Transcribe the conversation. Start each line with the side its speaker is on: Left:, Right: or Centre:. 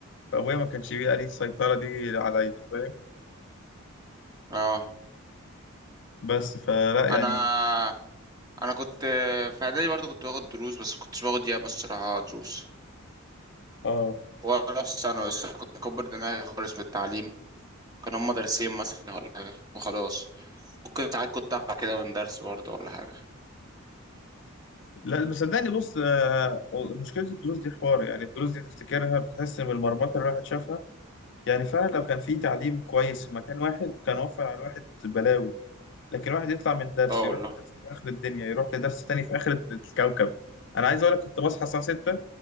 Left: فابويا ما كانش بيبقى ليه السيطره دي عليا فاهم
Right: اه
Left: بس فلا
Right: انا
Left: يعني
Right: انا كنت في اعدادي برضه كنت باخد دروس بس كنتش باخد ياما الصراحة دروس
Left: اه
Right: ولا في ثانوي بس كنت مكبر دماغي خالص من التعليم كان هما درسين مثلا ولا حاجة وخلاص ممكن ساعات كنت أقع كده من درس برضه ولا حاجة
Left: لا مصدقني بص آه، مشكلة الدروس دي حوار يعني الدروس دي تفتكرها بتحس من المرمطة اللي الواحد شافها يعني فعلا لو كان في تعليم كويس في مكان واحد كان وفر على الواحد بلاوي لكن الواحد يطلع من درس
Right: اه
Left: يروح
Right: والله
Left: لدرس في آخر الدنيا يروح لدرس تاني في آخر الكوكب أنا عايز أقول لك كنت بصحى الساعة 6